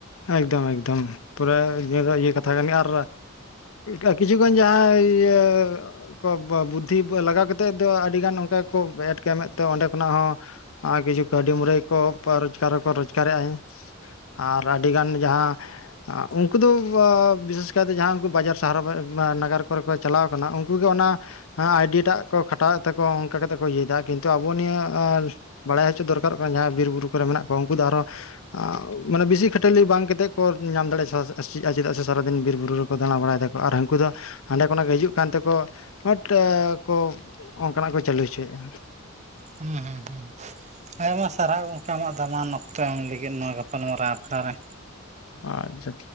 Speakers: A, on the left; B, on the right.
A: ᱮᱠᱫᱚᱢ ᱮᱠᱫᱚᱢ ᱯᱩᱨᱟᱹ ᱱᱤᱭᱟᱹ ᱫᱚ ᱤᱭᱟᱹ ᱠᱟᱛᱷᱟ ᱠᱟᱱ ᱟᱨ ᱟ ᱠᱤᱪᱷᱩ ᱠᱷᱚᱱ ᱡᱟᱦᱟᱸ ᱤᱭᱟᱹ ᱠᱚ ᱵᱚ-ᱵᱩᱫᱽᱫᱷᱤ ᱞᱟᱜᱟᱣ ᱠᱟᱛᱮᱜ ᱫᱚ ᱟᱹᱰᱤᱜᱟᱱ ᱚᱝᱠᱟ ᱠᱚ ᱮᱴ ᱠᱚ ᱮᱢᱮᱜ ᱛᱮ ᱚᱸᱰᱮ ᱠᱷᱚᱱᱟᱜ ᱦᱚᱸ ᱟᱨ ᱠᱤᱪᱷᱩ ᱠᱟᱹᱣᱰᱤ ᱢᱩᱨᱟᱹᱭ ᱠᱚ ᱯᱚ-ᱨᱚᱡᱽᱜᱟᱨ ᱦᱚᱸᱠᱚ ᱨᱳᱡᱽᱜᱟᱨᱮᱜᱼᱟ ᱦᱮᱸ᱾ ᱟᱨ ᱟᱹᱰᱤᱜᱟᱱ ᱡᱟᱦᱟᱸ ᱟ ᱩᱝᱠᱩ ᱫᱚ ᱵᱚ-ᱵᱤᱥᱮᱥ ᱠᱟᱭᱛᱮ ᱡᱟᱦᱟᱸ ᱩᱱᱠᱩ ᱵᱟᱡᱟᱨ ᱥᱟᱦᱟᱨ ᱵᱟ-ᱱᱟᱜᱟᱨ ᱠᱚᱨᱮ ᱠᱚ ᱪᱟᱞᱟᱣ ᱠᱟᱱᱟ ᱩᱝᱠᱩ ᱜᱮ ᱚᱱᱟ ᱦᱮᱸ ᱟᱭᱰᱤᱭᱟᱹ ᱴᱟᱜ ᱠᱚ ᱠᱷᱟᱴᱟᱣᱮᱜ ᱛᱟᱠᱚᱣᱟ ᱚᱝᱠᱟ ᱠᱟᱛᱮᱜ ᱠᱚ ᱤᱭᱟᱹᱭᱫᱟ ᱠᱤᱱᱛᱩ ᱟᱵᱚ ᱱᱤᱭᱟᱹ ᱟᱸ ᱵᱟᱲᱟᱭ ᱦᱚᱪᱚ ᱫᱚᱨᱠᱟᱨᱚᱜ ᱠᱟᱱᱟ ᱡᱟᱦᱟᱸᱭ ᱵᱤᱨ ᱵᱩᱨᱩ ᱠᱚᱨᱮ ᱢᱮᱱᱟᱜ ᱠᱚ ᱩᱝᱠᱩ ᱫᱚ ᱟᱨᱦᱚ ᱟᱸ ᱢᱟᱱᱮ ᱵᱮᱥᱤ ᱠᱷᱟᱹᱴᱟᱹᱞᱤ ᱵᱟᱝ ᱠᱟᱛᱮᱜ ᱠᱚ ᱧᱟᱢ ᱫᱟᱲᱮ ᱥᱮ-ᱥᱮ- ᱪᱮᱫᱟᱜ ᱥᱮ ᱥᱟᱨᱟᱫᱤᱱ ᱵᱤᱨ ᱵᱩᱨᱩ ᱨᱮᱠᱚ ᱫᱟᱬᱟ ᱵᱟᱲᱟᱭ ᱫᱟᱠᱚ ᱟᱨ ᱦᱟᱝᱠᱩ ᱫᱚ ᱦᱟᱸᱰᱮ ᱠᱷᱚᱱᱟᱜ ᱠᱚ ᱦᱤᱡᱩᱜ ᱠᱟᱱ ᱛᱮᱠᱚ ᱦᱟᱹᱴ ᱮ ᱠᱚ ᱚᱝᱠᱟᱱᱟᱜ ᱠᱚ ᱪᱟᱹᱞᱩ ᱦᱚᱪᱚᱭᱮᱜᱼᱟ᱾
B: ᱦᱩᱸ ᱦᱩᱸ ᱦᱩᱸ ᱟᱭᱢᱟ ᱥᱟᱨᱦᱟᱣ ᱜᱚᱝᱠᱮ ᱟᱢᱟᱜ ᱫᱟᱢᱟᱱ ᱚᱠᱛᱚ ᱮᱢ ᱞᱟᱹᱜᱤᱫ ᱱᱚᱣᱟ ᱜᱟᱯᱟᱞ ᱢᱟᱨᱟᱣ ᱟᱠᱷᱲᱟ ᱨᱮ᱾
A: ᱟᱪᱪᱷᱟ